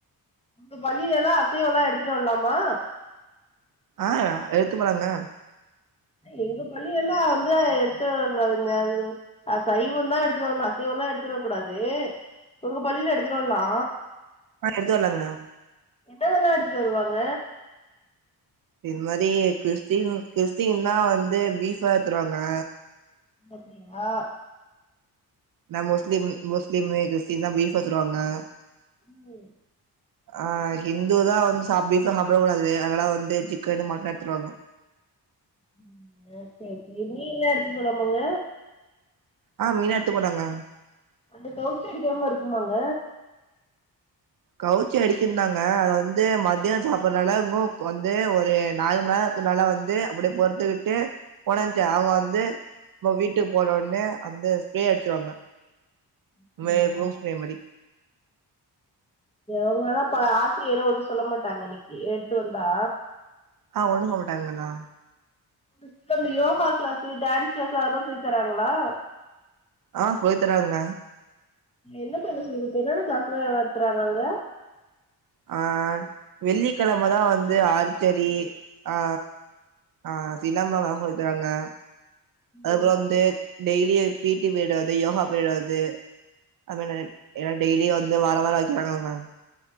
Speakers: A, on the left; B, on the right.
A: உங்க பள்ளிலல்லா அசைவல்லா எடுத்துட்டு வர்லாமா
B: அ எடுத்து போலாங்க
A: எங்க பள்ளி எல்லா வந்து அத எடுத்து வரக்கூடாதுங்க எதுவு அ சைவந்தா எடுத்துட்டு வரணு அசைவல்லா எடுத்துட்டு வரக்கூடாது ஒங்க பள்ளில எடுத்துட்டு வரலா
B: அ எடுத்து வரலாங்க
A: என்னதெல்லா எடுத்துட்டு வருவாங்க
B: இந் மாரி கிறிஸ்டின் கிறிஸ்டின்லா வந்து பீஃபா எத்துருவாங்க
A: அப்பிடியா
B: நா முஸ்லீம் முஸ்லீமு கிறிஸ்டின்தா பீஃப் எத்துருவாங்க
A: ம்
B: அ ஹிந்துதா வந்து சாப் பீஃப்லா சாப்ட கூடாது அதனால வந்து சிக்கனு மட்டன் எடுத்துருவாங்க
A: ம் அ செரி செரி மீன்லா எடுத்துப் போலாமாங்க
B: அ மீனா எட்த்து போலாங்க
A: அது கவுச்சி அடிக்கிற மார்ருக்குமாங்க
B: கவுச்சி அடிக்குந்தாங்க அத வந்து மதிய சாப்புற்னால உணவுக் வந்து ஒரு நாலு மண்நேரோ க்கு நால வந்து அப்டியே பொறுத்துக்கிட்டு ஒனஞ்ச அவுங்க வந்து நம்ப வீட்டுக்கு போனோன்னே அந்த ஸ்பேரே அடிச்சுவாங்க
A: அப்டியா
B: மே ரூம்ஸ்பேரே மாரி
A: ஒங்களல்லா பல ஆசிரியெல்ல ஒன்னு சொல்ல மாட்டாங்க அன்னைக்கி எடுத்துட்டு வந்தா
B: அ ஒண்ணு சொல்ல மாட்டாங்கல்லா
A: லிஸ்ட்ல இந்த யோகா க்ளாஸு டான்ஸ் க்ளாஸு அதெல்லா சொல்லி தராங்களா
B: அ சொல்லி தராங்க
A: என்ன பண்ண சொல்லிக்குத்து என்னென்ன கிளாஸ்லா நட்த்துறாங்க அங்க
B: ஆ வெள்ளிக்கெழமதா வந்து ஆருச்சரி ஆ அ சிலம்பொதா சொல்லித்தராங்க அப்புறோ
A: ம்,
B: வந்து டெய்லியு பீட்டி பீரிடு வர்து யோகா பீரிடு வர்து அப்புறு என்னது எனா டெய்லி வந்து வாரோ வாரோ வக்கிறாங்களா